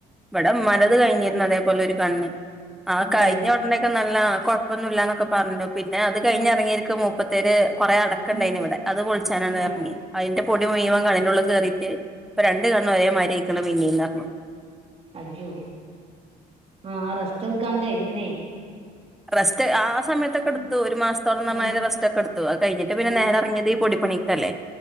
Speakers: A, in the centre; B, on the right.
A: ഇവിടൊമ്മാന്റത് കഴിഞ്ഞിരുന്നതേപോലൊരു കണ്ണ് ആഹ്
B: അതെ
A: കഴിഞ്ഞ ഉടനൊക്കെ നല്ല കൊഴപ്പൊന്നുല്ലന്നൊക്കെ പറഞ്ഞു പിന്നെ അത് കഴിഞ്ഞെറങ്ങിയിരിക്ക
B: ഉം
A: മു ഇപ്പത്തേര് കൊറെ അടക്കണ്ടായിരുന്ന്
B: ഉം
A: ഇവിടെ അത് പൊളിച്ചാനാണ്ടെറങ്ങി
B: ഉം
A: അയിന്റെ പൊ പൊടി മുയുവൻ കണ്ണിന്റുള്ളികേറീട്ട് ഇപ്പൊ രണ്ട്കണ്ണും ഒരേ മാതിരിയായിരിക്കണ പിന്നേം പറഞ്ഞു
B: അജജു ആഹ് റസ്റ്റെടുക്കാന്ണ്ട് ഇതിനെ
A: റസ്റ്റ്‌ ആ സമയത്തൊക്കെടുത്തു
B: ഉം
A: ഒരു മാസത്തോളംന്നറഞ്ഞാ
B: ഉം
A: അതിന്റെ റെസ്റ്റൊക്കെടുത്തു അത് കഴിഞ്ഞട്ട് പിന്നെ
B: ആഹ്
A: നേരെ ഇറങ്ങിയത് ഈ പൊടിപ്പണിയിക്കല്ലേ